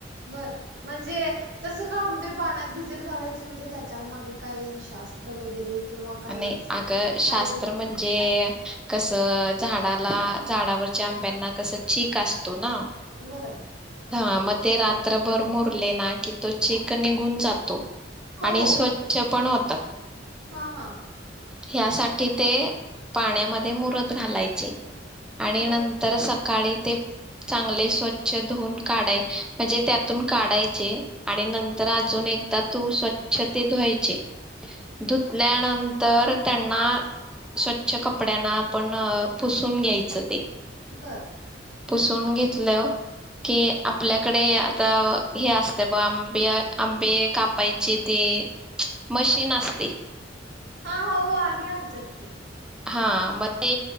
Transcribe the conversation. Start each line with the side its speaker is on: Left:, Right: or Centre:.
Right: बर म्हणजे तसं का आंबे पाण्यात भिजत घालायचे म्हणजे त्याच्या मागे काही शास्त्र वगैरे. किंवा काही
Centre: आणि
Right: असं
Centre: आग, शास्त्र
Right: फायदे
Centre: म्हणजे
Right: तोटे काय
Centre: कस अ झाडाला झाडावरच्या आंब्यांना कसं चीक असतो ना.
Right: बर.
Centre: ह मग ते रात्रभर मुरले, ना की तो चिक निघून जातो.
Right: हो
Centre: आणि
Right: हो
Centre: स्वच्छ पण होत त
Right: हा हा.
Centre: ह्यासाठी ते पाण्यामध्ये मुरत घालायचे. आणि
Right: बर
Centre: नंतर सका काळी ते चांगले स्वच्छ धून न काढायचे, म्हणजे त्यातून काढायचे आणि नंतर अजून एकदा तू स्वच्छ ते धुवायचे. धुतल्या नंत तर त्यांना स्वच्छ कपड्यांना आपण पुसून घ्यायचं ते.
Right: बर
Centre: पुसून घेतल्याव कि आपल्याकडे आता हे असते ब आंबे आंबे कापायची ती मशीन असते.
Right: हा हा हो आहे आमच्यात ती,
Centre: हा मग ते